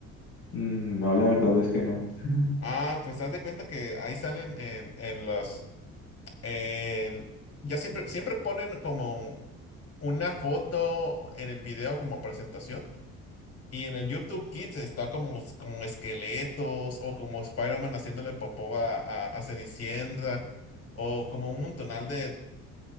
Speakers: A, on the left; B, on the left.
A: Mm, No, la verdad es que no. <laughs>
B: Ah, pues haz de cuenta que ahí salen en, en los, en- ya siempre, siempre ponen como una foto en el video como presentación. Y en el YouTube Kids está como, como esqueletos o como Spider-Man haciéndole popó a, a, a Cenicienta o como un montonal de,